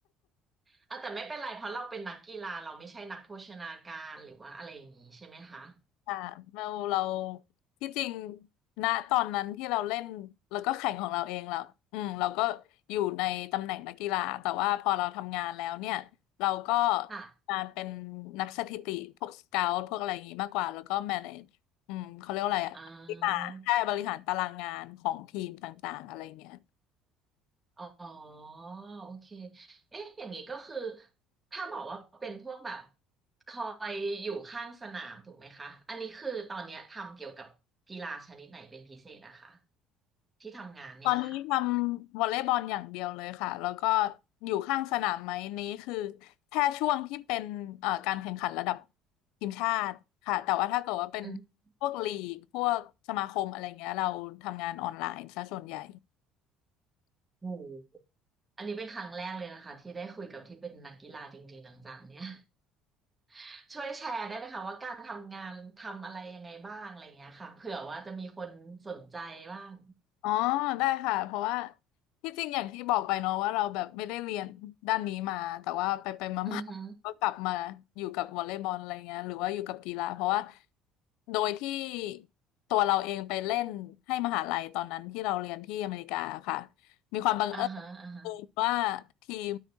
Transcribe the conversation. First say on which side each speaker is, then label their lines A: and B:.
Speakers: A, on the right (about 15°); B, on the left (about 80°).
A: เอาแต่ไม่เป็นไรเพราะเราเป็นนักกีฬาเราไม่ใช่นักโภชนาการหรือว่าอะไรอย่างนี้ใช่ไหมคะ
B: ค่ะเราเราที่จริงณตอนนั้นที่เราเล่นแล้วก็แข่งของเราเองเราอืมเราก็อยู่ในตำแหน่งนักกีฬาแต่ว่าพอเราทำงานแล้วเนี่ยเราก็
A: ค่ะ
B: มาเป็นนักสถิติพวกสเกาต์พวกอะไรอย่างงี้มากกว่าแล้วก็แมเนจอืมเขาเรียกว่าอะไรอะบริหารแค่บริหารตารางงานของทีมต่างๆอะไรเงี้ย
A: อ่า อ๋อโอเคเอ๊ะอย่างนี้ก็คือถ้าบอกว่าเป็นพวกแบบคอยอยู่ข้างสนามถูกไหมคะอันนี้คือตอนเนี้ยทำเกี่ยวกับกีฬาชนิดไหนเป็นพิเศษนะคะที่ทำงานเนี่ยค่ะ
B: ตอนนี้ทำวอลเลย์บอลอย่างเดียวเลยค่ะแล้วก็อยู่ข้างสนามไหมนี้คือแค่ช่วงที่เป็นเอ่อการแข่งขันระดับทีมชาติค่ะแต่ว่าถ้าเกิดว่าเป็น
A: อืม
B: พวกลีกพวกสมาคมอะไรเงี้ยเราทำงานออนไลน์ซะส่วนใหญ่
A: โหอันนี้เป็นครั้งแรกเลยนะคะที่ได้คุยกับที่เป็นนักกีฬาจริงๆจังๆเนี่ย <laughs> ช่วยแชร์ได้ไหมคะว่าการทำงานทำอะไรยังไงบ้างอะไรอย่างเงี้ยค่ะเผื่อว่าจะมีคนสนใจบ้าง
B: อ๋อได้ค่ะเพราะว่าที่จริงอย่างที่บอกไปเนาะว่าเราแบบไม่ได้เรียนด้านนี้มาแต่ว่าไปไปมา
A: อือฮึ
B: <laughs> มาก็กลับมาอยู่กับวอลเลย์บอลอะไรเงี้ยหรือว่าอยู่กับกีฬาเพราะว่าโดยที่ตัวเราเองไปเล่นให้มหาลัยตอนนั้นที่เราเรียนที่อเมริกาค่ะมีความบังเอิ
A: อ่าฮะอ่าฮะ
B: ญว่าทีม